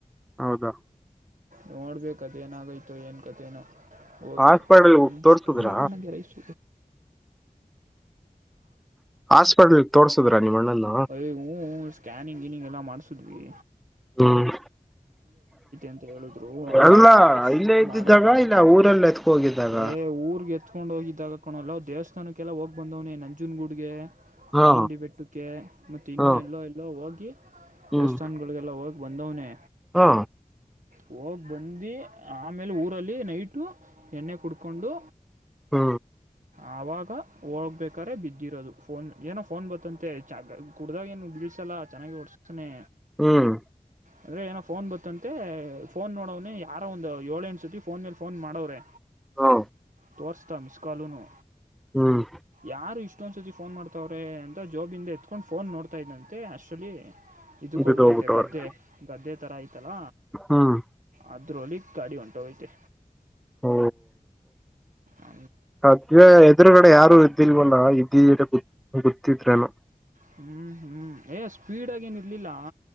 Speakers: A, in the centre; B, on the right (about 60°).
A: ಹೌದಾ
B: ನೋಡ್ಬೇಕ ಅದ ನಾಗೈತ ಏನ್ ಕಥೇನೋ ಹೋಗಿ
A: ಹಾಸ್ಪಿಟಲ್
B: ಇಷ್ಟೊ
A: ತೋರ್ಸುದ್ರ
B: ಬೇಡ ನಗೆ ರೈಸ
A: ಹಾಸ್ಪಿಟ್ಲ್ ತೋರ್ಸುದ್ರ ನಿಮ್ಮ ಅಣ್ಣನ
B: ಅಯ ಸ್ಕ್ಯಾನಿಂಗ್ ಇನಿಂಗ್ ಎಲ್ಲಾ ಮಾಡ್ಸುದ್ವಿ
A: ಹ್ಮ್
B: ಅಂತ ಹೇಳಿದ್ರು ಅದೇ
A: ಅಲ್ಲ
B: ರೆಸ್ಟ್
A: ಇಲ್ಲೇ ಇದ್ದಿದ್ದಾಗ
B: ಮಾಡೋ ತಾವನ್
A: ಇಲ್ಲ ಊರಲ್ಲ ಎತ್ಕ ಹೋಗಿದ್ದಾಗ
B: ಏ ಊರ್ಗೆ ಎತ್ಕೊಂಡ ಹೋಗಿದ್ದಾಗ ಕಣೋಲೋ ದೇವಸ್ಥಾನಕ್ಕೆಲ್ಲಾ ಹೋಗ ಬಂದವ್ನೆ ನಂಜುನಗುಡ್ಗೆ ಚಾಮುಂಡಿ
A: ಹಾ
B: ಬೆೆಟ್ಟಕ್ಕೆ ಮತ್ತು ಇನ್ನೂ
A: ಹಾ
B: ಎಲ್ಲೋ ಎಲ್ಲೋ ಹೋಗಿ
A: ಹ್ಮ್
B: ದೇವಸ್ಥಾನಗಳಿಗೆಲ್ಲ ಹೋಗಿ ಬಂದವನೇ
A: ಹಾ
B: ಹೋಗಿ ಬಂದು ಆಮೇಲೆ ಊರಲ್ಲಿ ನೈಟು ಎಣ್ಣೆ ಕುಡ್ಕೊಂಡು
A: ಹ್ಮ
B: ಆವಾಗ ಹೋಗ್ಬೇಕ್ರೆ ಬಿದ್ದಿರೋದು ಫೋನ್ ಏನೋ ಫೋನ್ ಬತ್ತಂತೆ ಹೆಚ್ಚ ಕುಡ್ದಾಗ ಏನು ಬಿಳಿಸಲ್ಲ ಚೆನ್ನಾಗಿ ಹೊಡುಸ್ತಾನೆ
A: ಹ್ಮ್
B: ಅಂದ್ರೆ ಏನೋ ಫೋನ್ ಬತ್ತಂತೆ ಫೋನ್ ನೋಡವ್ನ ಯಾರೋ ಒಂದ್ ಏಳು ಎಂಟ್ ಸತಿ ಫೋನ್ ಮೇಲ್ ಫೋನ್ ಮಾಡೋವ್ರೆ
A: ಹಾ
B: ತೋರಿಸದ ಮಿಸ್ಸೆಡ್ ಕಾಲುನು
A: ಹ್ಮ್
B: ಯಾರು ಇಷ್ಟ ಇಷ್ಟೊಂದಸರ್ತಿ ಫೋನ್ ಮಾಡ್ತವ್ರೆ ಅಂತ ಜಾಬಿಂದ ಎತ್ಕೊಂಡು ಫೋನ್ ನೋಡ್ತಾ ಇದ್ದಂತೆ ಆಕ್ಚುಲಿ ಇದಕ್ಕ ಹೋಗಬಿಟ್ಟೈತೆ
A: ಬಿದ್ದು ಹೋಗ್ಬಿಟ್ಟವ್ರೆ
B: ಗದ್ದೆ ಗದ್ದೆ ತರ ಐತಲ್ಲ
A: ಹ್ಮ್
B: ಅ ದ್ರಲಿ ಗಾಡಿ ಹೊಂಟ ಹೋಗ್ ಐತೆ
A: ಓ
B: ಹ್ಮ
A: ಸದ್ಯ ಎದುರುಗಡೆ ಯಾರು ಇದ್ದಿಲ್ವಲ ಇದ್ದಧಿಧರೆ ಗೂ ಗೊತ್ತಿದ್ರೇನು
B: ಹ್ಮ್ ಹ್ಮ್ ಏನ್ ಸ್ಪೀಡ್ ಆಗ ಏನ ಇರ್ಲಿಲ್ಲ